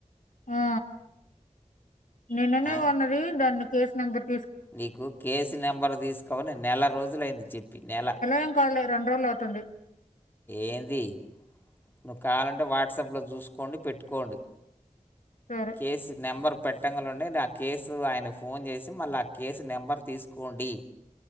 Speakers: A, on the left (about 75°); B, on the left (about 15°).
A: ఆ నిన్ననే
B: ఆ?
A: కొన్నది దాన్ని కేస్ నంబర్
B: నీకు కేసు నెంబరు తీసుకవని నెల రోజులైంది చెప్పి నెల
A: ఏం కాలే రెండు రోజులు అవుతుంది
B: ఏంది నువ్వు కావాలంటే వాట్సాప్లో చూసుకోండి పెట్టుకోండి
A: సరే
B: కేసు నెంబర్ పెట్టంగ ఉండే ఆ కేసు ఆయనకు ఫోన్ చేసి మళ్ళీ ఆ కేసు నెంబర్ తీసుకోండి